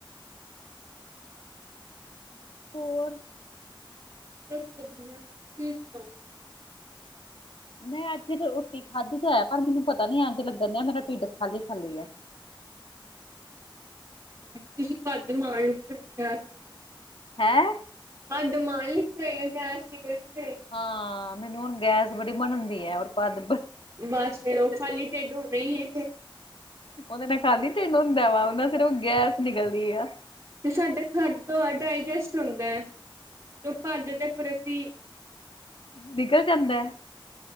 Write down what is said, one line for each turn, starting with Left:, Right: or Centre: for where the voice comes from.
Left: ਹੋਰ।
Right: ਬਸ ਵਧੀਆ, ਤੁਸੀ ਸੁਣਾਓ।
Left: ਮੈਂ ਅੱਜ ਰੋਟੀ ਖਾਧੀ ਤਾਂ ਹੈ ਪਰ ਮੈਨੂੰ ਪਤਾ ਨੀ ਐਂਜ ਲੱਗਣ ਡਿਆ ਮੇਰਾ ਢਿੱਡ ਖਾਲੀ ਖਾਲੀ ਹੈ।
Right: ਤੁਸੀਂ ਭੱਦ ਮਾਲਦੇ <unintelligible>
Left: ਹੈਂ?
Right: ਪੱਦ ਮਾਰੀ, ਫਿਰ ਗੈਸ਼ ਨਿਕਲੀ ਜੇ।
Left: ਹਾਂ, ਮੈਨੂੰ ਹੁਣ ਗੈਸ ਬੜੀ ਬਣਨ ਡੀ ਹੈ ਔਰ ਪੱਦ
Right: ਬਸ, ਫੇਰ ਉਹ ਖਾਲੀ ਢਿੱਡ ਹੋਣਾ ਹੀ ਏ ਫਿਰ।
Left: ਉਹਦੇ ਨਾਲ ਖਾਲੀ ਤਿਨ ਹੁੰਦਾ ਵਾ ਉਹ ਨਾਲ ਸਿਰਫ ਗੈਸ
Right: ਫਿਰ।
Left: ਨਿਕਲਦੀ ਆ।
Right: ਤੇ ਸਾਡਾ ਖਰਦ ਡਾਇਜਸਟ ਹੁੰਦਾ ਹੈ। ਤੂੰ ਭੱਜ ਤੇ ਫਿਰ ਅਸੀ
Left: ਨਿਕਲ ਜਾਂਦਾ ਐ,